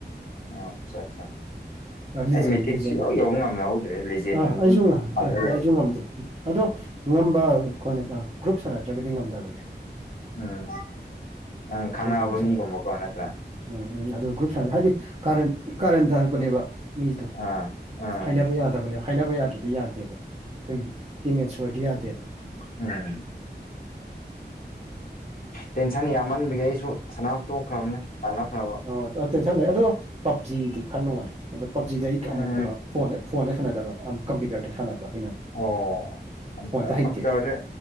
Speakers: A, on the left; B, on the right.
A: ꯑꯣ ꯑꯆꯥ ꯆꯥ
B: ꯂꯤꯖꯦꯟ
A: ꯑꯩ ꯃꯦꯊꯤꯛ
B: ꯂꯤꯖꯦꯟ
A: ꯁꯨꯛꯌꯧ ꯌꯧꯕ ꯉꯝꯍꯧꯗ꯭ꯔꯦ ꯂꯦꯖꯦꯟ
B: ꯑꯥ
A: ꯑꯗꯨꯝ
B: ꯑꯩꯁꯨ ꯉ-
A: ꯄꯜꯂ
B: ꯑꯩ-
A: ꯂꯩꯔꯦ
B: ꯑꯩꯁꯨ ꯉꯝꯗꯦ ꯑꯗꯣ ꯉꯝꯕ ꯑꯩꯈꯣꯏꯅꯀ ꯒ꯭ꯔꯨꯞ ꯁꯥꯟꯅꯗ꯭ꯔꯒꯗꯤ ꯉꯝꯗꯕꯅꯦ
A: ꯎꯝ ꯑꯥ ꯈꯪꯅꯕ
B: ꯒ꯭ꯔꯨꯞꯀꯨꯝꯕ ꯁꯥꯟꯅ
A: ꯃꯤꯒꯨꯝꯕꯀꯣ ꯅꯠꯇ꯭ꯔꯥ
B: ꯎꯝ ꯎꯝ ꯑꯗꯨ ꯒ꯭ꯔꯨꯞ ꯁꯟꯅ ꯍꯥꯏꯗꯤ ꯀꯥꯔꯟ ꯀꯥꯔꯟ ꯇꯥꯔꯛꯄꯅꯦꯕ ꯃꯤꯖꯗꯣ
A: ꯑꯥ ꯑꯥ
B: ꯍꯥꯏꯅꯕ ꯌꯥꯗꯕꯅꯦ ꯍꯥꯏꯅꯕ ꯌꯥꯗ꯭ꯔꯗꯤ ꯌꯥꯗꯦꯕ ꯑꯗꯨꯨꯝ ꯇꯤꯝꯃꯦꯠ ꯁꯣꯏꯔꯗꯤ ꯌꯥꯗꯦꯕ
A: ꯑꯥꯝ ꯇꯦꯟꯁꯟ ꯌꯥꯝꯃꯟꯕꯒꯤ ꯑꯩꯁꯨ ꯁꯅꯥꯕ ꯇꯣꯛꯈ꯭ꯔꯝꯅꯦ ꯇꯜꯂꯛꯈ꯭ꯔꯕ
B: ꯑꯣ ꯇꯥ ꯇꯦꯟꯁꯟ ꯂꯩ ꯑꯗꯣ ꯄꯞꯖꯤꯗꯤ ꯈꯔ ꯅꯨꯡꯉꯥꯏ ꯑꯗꯣ ꯄꯞꯖꯤꯗ ꯑꯩ
A: ꯎꯝ
B: ꯑꯃꯨꯛ ꯀꯩꯅꯣ ꯐꯣꯟꯗ ꯐꯣꯟꯗ ꯁꯥꯟꯅꯗꯕ ꯑꯝ ꯀꯝꯄ꯭ꯌꯨꯇꯔꯗ ꯁꯥꯟꯅꯕ ꯑꯩꯅ ꯑꯃꯨꯛ
A: ꯑꯣ ꯀꯝꯄꯨꯇꯔ
B: ꯐꯣꯟꯗ ꯍꯩꯇꯦ
A: ꯀꯝꯄꯨꯇꯔꯖꯦ